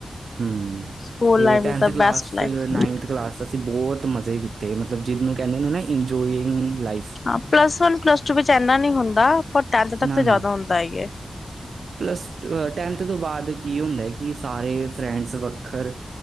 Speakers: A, on the right; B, on the left.
A: ਹੂੰ
B: ਸਕੂਲ
A: ਤੇ
B: ਲਾਈਫ
A: ਟੈਂਥ
B: ਇਜ਼ ਦਾ
A: class
B: best life.
A: Ninth class ਅਸੀਂ ਬਹੁਤ ਮਜ਼ੇ ਕੀਤੇ ਮਤਲਬ ਜਿਹਨੂੰ ਕਹਿੰਦੇ ਨੇ ਨਾ ਇੰਜੋਇੰਗ ਲਾਈਫ।
B: ਹਾਂ ਪਲੱਸ ਵਨ ਪਲੱਸ ਟੂ ਵਿੱਚ ਇੰਨਾ ਨਹੀਂ ਹੁੰਦਾ ਪਰ ਟਥ ਤੱਕ
A: ਨਾ,
B: ਤੇ
A: ਨਾ।
B: ਜ਼ਿਆਦਾ ਹੁੰਦਾ ਹੀ ਹੈ।
A: ਪਲੱਸ ਟੈਂਨਥ ਤੋਂ ਬਾਅਦ ਕੀ ਹੁੰਦਾ ਕਿ ਸਾਰੇ ਫਰੈਂਡਸ ਵੱਖਰ,